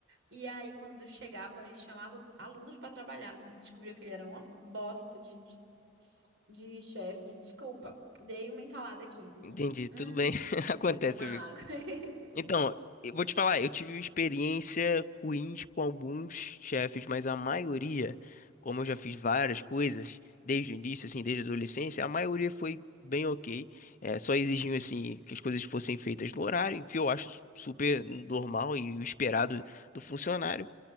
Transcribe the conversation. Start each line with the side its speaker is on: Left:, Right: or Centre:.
Right: E aí, quando chegava, ele chamava alunos para trabalhar e descobriam que ele era uma bosta de, de, de chefe. Desculpa, dei uma entalada aqui.
Left: Entendi.
Right: Hum,
Left: Tudo
Right: hum,
Left: bem. <laughs> Acontece,
Right: bebeu uma
Left: amigo.
Right: água. <laughs>
Left: Então, eu vou te falar, eu tive experiência ruins com alguns chefes, mas a maioria, como eu já fiz várias coisas desde o início, assim, desde a adolescência, a maioria foi bem ok. É, só exigiam, assim, que as coisas fossem feitas no horário, o que eu acho su- super normal e o esperado do funcionário.